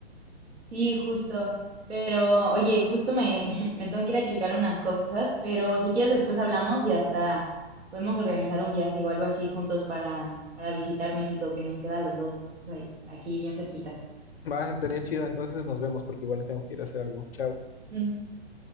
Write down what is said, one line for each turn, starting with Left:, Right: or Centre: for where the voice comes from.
Right: Sí, justo. Pero, oye, justo me, <laughs> me tengo que ir a checar unas cosas, pero si quieres después hablamos y hasta podemos organizar un viaje o algo así juntos para, para visitar México, que nos queda a los dos ahí, aquí bien cerquita.
Left: Va, estaría chido, entonces nos vemos porque igual tengo que ir a hacer algo. Chao.
Right: <laughs>